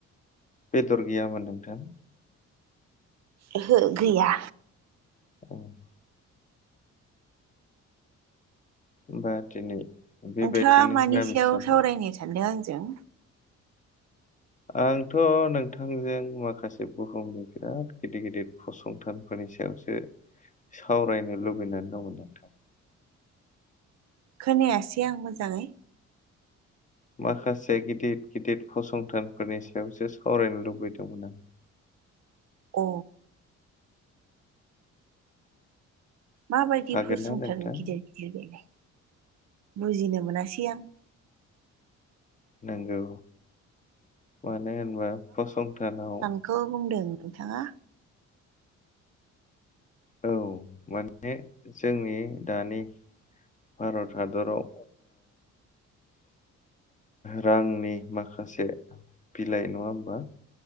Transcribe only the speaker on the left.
बेदर गैयामोन नोंथां
<inaudible> होमबा दिनै बेबायदिनो
निरामिस
जाबाय
आंथ' नोंथांजों माखासे बुहुमनि बिराद गिदिर गिदिर फसंथानफोरनि सायावसो सावरायनो लुबैनानै दंमोन नोंथां
माखासे गिदिर गिदिर फसंथानफोरनि सायावसो सावरायनो लुबैदोंमोन आं
हागोन
ना नोंथां?
नंगौ मानो होनबा फसंथानाव
औ माने जोंनि दानि भारत हादराव रांनि माखासे बिलाइ नङा होमबा